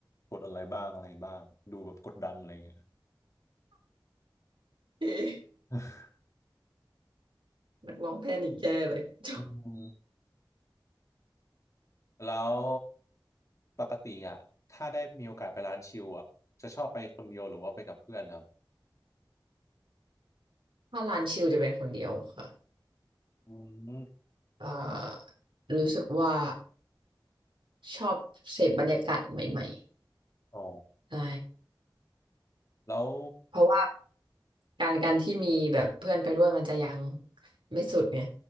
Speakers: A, on the left; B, on the right.
A: กดอะไรบ้างอะไรบ้างดูแบบกดดันอะไรเงี้ย
B: เอ๊ะ
A: <laughs>
B: นักร้องแพนิคแย่เลยจ้อง
A: อืมแล้วปกติอ่ะถ้าได้มีโอกาสไปร้านชิลอ่ะจะชอบไปคนเดียวหรือว่าไปกับเพื่อนครับ
B: ถ้าร้านชิลจะเป็นคนเดียวค่ะ
A: อืม
B: เอ่อรู้สึกว่า ชอบเสพบรรยากาศใหม่
A: อ๋อ
B: ๆใช่
A: แล้ว
B: เพราะว่าการการที่มีแบบเพื่อนไปด้วยมันจะยังไม่สุดไง